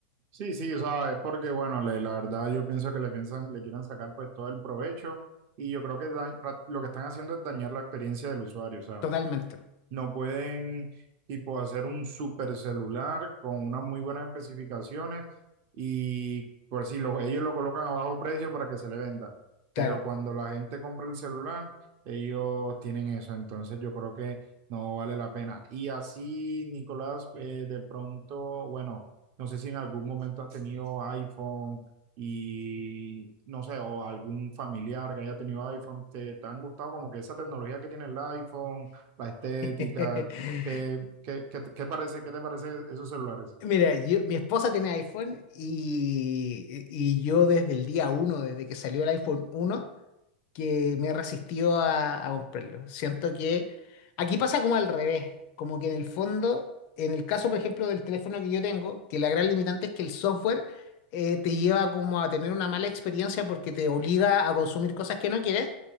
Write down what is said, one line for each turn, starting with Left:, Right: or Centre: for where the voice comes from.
Right: Sí, sí, o sea, es porque, bueno, le- la verdad yo pienso que le piensan, le quieren sacar pues todo el provecho y yo creo que da- pra- lo que están haciendo es dañar la experiencia del usuario, o sea,
Left: Totalmente.
Right: no pueden, tipo, hacer un super celular con unas muy buenas especificaciones y por si lo- ellos lo colocan a bajo precio para que se le venda. Pero
Left: Claro.
Right: cuando la gente compra el celular, ellos tienen eso. Entonces yo creo que no vale la pena. Y así, Nicolás, eh, de pronto, bueno, no sé si en algún momento has tenido iPhone y no sé, o algún familiar que haya tenido iPhone, ¿te, te han gustado como que esa tecnología que tiene el iPhone? la estética,
Left: <laughs>
Right: ¿qué, qué, qué, te qué parece, qué te parece esos celulares?
Left: Mira, yo- mi esposa tiene iPhone y, y yo desde el día uno, desde que salió el iPhone uno que me he resistido a, a comprarlo. Siento que aquí pasa como al revés, como que en el fondo, en el caso, por ejemplo, del teléfono que yo tengo, que la gran limitante es que el software eh, te lleva como a tener una mala experiencia porque te obliga a consumir cosas que no quieres.